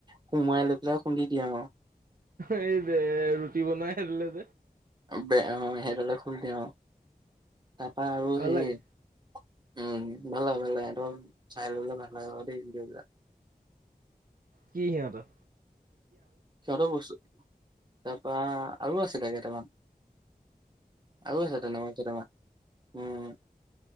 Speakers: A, on the right; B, on the right.
A: কোমোৰাাই লৈ পেলাই। খুন্দি দিয়ে অ'।
B: এই এ ৰুটি বনাই আনিলে।
A: বে অ সেইডাললে খুলি দিওঁ তাৰপা আৰু
B: ভাল
A: সেই
B: লাগে
A: উম ভাল হয় ভাল হয়ঁ চাই ললে ভাল হয় দেই দোক
B: কি সিহতৰ?
A: <unintelligible> তাৰ পৰা আৰু আছিল তাৰ কেইটামান। আৰু আছে তেনে কেইটামান। উম।